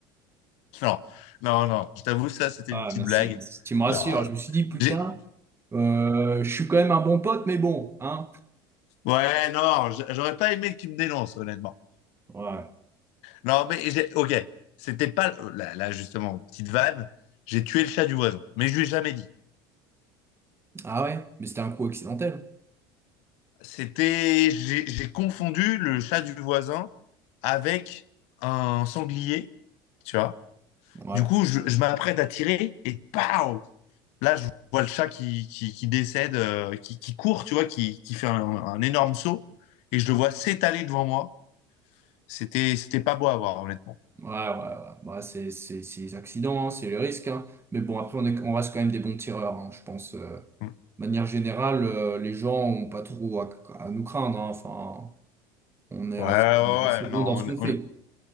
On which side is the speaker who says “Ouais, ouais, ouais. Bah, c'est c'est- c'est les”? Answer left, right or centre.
Right